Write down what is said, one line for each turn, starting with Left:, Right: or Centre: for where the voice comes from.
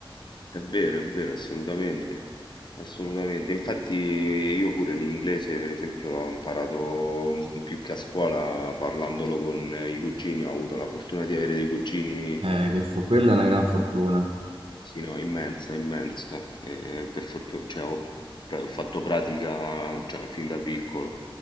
Left: È vero, è vero, assolutamente, assolutamente. Infatti io pure l'inglese, per esempio, l'ho imparato più che a scuola parlandolo con i cugini, ho avuto la fortuna di avere dei cugini,
Right: Eh, che fo- quella è una
Left: guarda,
Right: gran fortuna.
Left: sì, no, immensa, immensa. E per fortuna, cioè, ho, cioè, ho fatto pratica, cioè, fin da piccolo.